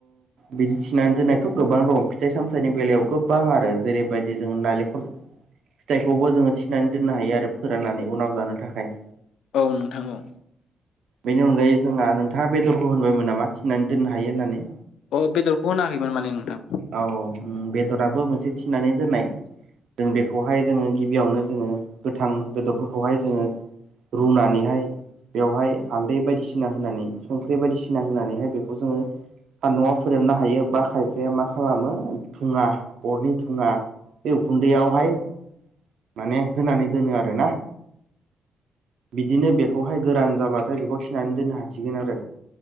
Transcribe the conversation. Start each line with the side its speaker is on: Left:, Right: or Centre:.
Right: बिदि थिनानै दोननायथ' गोबां दं फिथाइ सामथाइनि बेलायाव गोबां आरो जेरै बेबायदि जोङो नालेंखर फिथाइखौबो जोङो थिनानै दोननो हायो आरो फोराननानै उनाव जानो थाखाय
Left: औ नोंथां औ
Right: बेनि अनगायै जोंहा नोंथाङा बेदरखौ होनबायमोन नामा थिनानै दोननो हायो होननानै
Left: अ बेदरखौ होनाखैमोन माने नोंथां
Right: औ बेदराबो मोनसे थिनानै दोननाय जों बेखौहाय जोङो गिबियावनो जोङो गोथां बेदरफोरखौहाय जोङो रुनानैहाय बेवहाय हालदै बायदिसिना होनानै संख्रि बायदिसिना होनानैहाय बेखौ जोङो सानदुंआव फोराननो हायो बा खायफाया मा खालामो थुङा अरनि थुङा बे उखुन्दैयावहाय माने होनानै दोनो आरो ना बिदिनो बेखौहाय गोरान जाब्लाथाय बेखौ थिनानै दोननो हासिगोन आरो